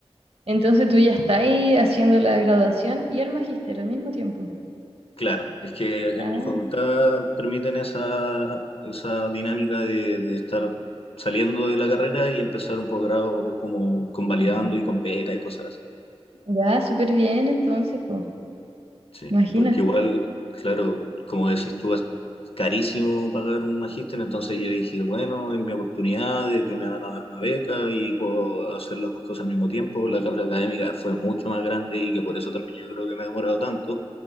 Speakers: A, on the right; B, on the left.
A: Entonces tú ya estás ahí haciendo la graduación y el magíster al mismo tiempo.
B: Claro, es que en
A: Ah,
B: mi facultad permiten esa, esa dinámica de, de estar saliendo de la carrera y empezar un posgrado como convalidando
A: ujú.
B: y con beca y cosas así.
A: ya, súper bien entonces, pues,
B: Sí,
A: imagina.
B: porque igual, claro, como decís tú, es carísimo pagar un magíster, entonces yo dije, bueno, es mi oportunidad de que me van a dar una beca y puedo hacer las dos cosas al mismo tiempo. La carga académica fue mucho más grande y que por eso también yo creo que me he demorado tanto